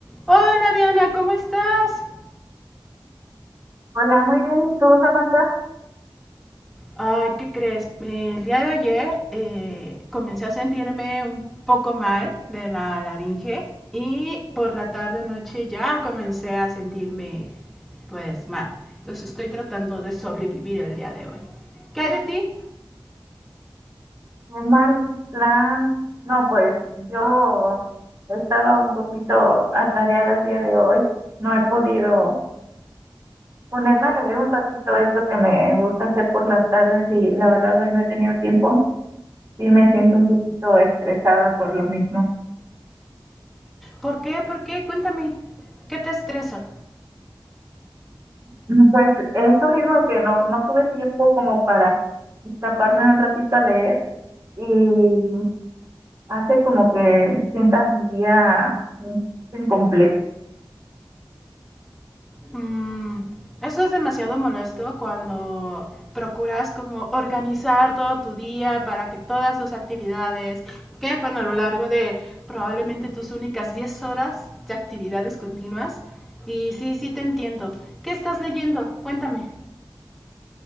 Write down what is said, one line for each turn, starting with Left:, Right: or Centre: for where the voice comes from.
Centre: Hola Diana, ¿cómo estás?
Right: Hola, muy bien. ¿Y tú, Samantha?
Centre: Ay, ¿qué crees? Eh, El día de ayer eh, comencé a sentirme un poco mal de la laringe y por la tarde noche ya comencé a sentirme pues mal. Entonces estoy tratando de sobrevivir el día de hoy. ¿Qué hay de ti?
Right: Qué mal plan. No, pues yo he estado un poquito atareada el día de hoy. No he podido ponerme a leer un ratito, es lo que me gusta hacer por las tardes y la verdad hoy no he tenido tiempo. Sí me siento un poquito estresada por lo mismo.
Centre: ¿Por qué? ¿Por qué? Cuéntame. ¿Qué te estresa?
Right: Mm, Pues esto mismo que no, no tuve tiempo como para escaparme un ratito a leer y hace como que sienta mi día mm, incompleto
Centre: Mm, eso es demasiado molesto cuando procuras como organizar todo tu día para que todas tus actividades quepan a lo largo de probablemente tus únicas 10 horas de actividades continuas. Y sí, sí te entiendo. ¿Qué estás leyendo? Cuéntame.